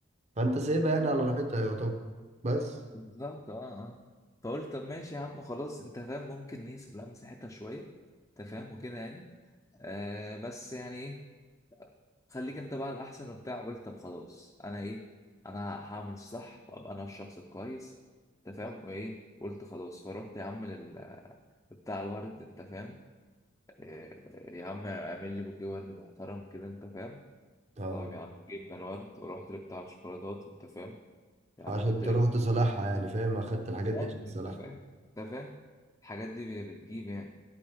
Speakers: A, on the right; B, on the left.
A: فانت سيبها يعني على
B: آه،
A: راحتها يا طب بس
B: بالظبط اه اه فقلت طب ماشي يا عم خلاص انت فاهم ممكن نسيب لها مساحتها شويه انت فاهم وكده يعني آه بس يعني ايه خليك انت بقى الاحسن وبتاع قلت طب خلاص انا ايه انا هعمل الصح وابقى انا الشخص الكويس انت فاهم وايه قلت خلاص فروحت يا عم لل بتاع الورد انت فاهم إيه، يا عم اعمل لي بوكيه ورد محترم كده انت فاهم
A: اه
B: طيب يا عم جبنا الورد ورحت لبتاع الشوكولاتات انت فاهم يا عم
A: عشان
B: حط
A: تروح
B: لي كده
A: تصلحها
B: شوكولاتة.
A: يعني فاهم اخدت
B: بالظبط
A: الحاجات دي عشان تصلحها
B: انت فاهم انت فاهم الحاجات دي بتجيب يعني